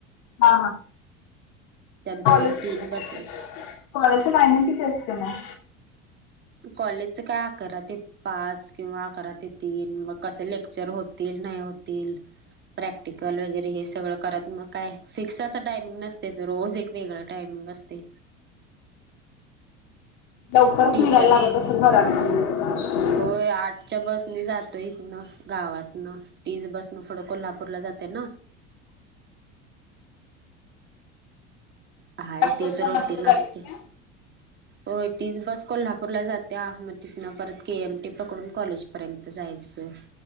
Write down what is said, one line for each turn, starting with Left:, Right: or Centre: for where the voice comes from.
Left: हा
Right: त्या दोन
Left: हाॉले कॉलेजचं
Right: तीन बसेस
Left: टायमिंग किती असतं ना
Right: कॉलेजच काय अकरा ते पाच किंवा अकरा ते तीन मग कसं लेक्चर होत तेल नाही होतील
Left: ह
Right: प्रॅक्टिकल वगैरे हे स.. सगळं करायच मग काय फिक्स असं टाईम नसतेच रोज एक वेगळ टटेईम असते.
Left: लवकरच
Right: टीचर
Left: निघायला लागत असल घरात.
Right: होय आठच्या बसनी जातोय हितन गावातनं. तीज बस म फुड कोल्हापूर ला जाते ना. हाय
Left: त्याच बसमधनं
Right: तेच रोटी
Left: पुढे
Right: नसते
Left: जातेस काय?
Right: होय तीच बस कोल्हापूरला जाते मग तिथन परत के एमटी पकडून कॉलेजपर्यंत जायचं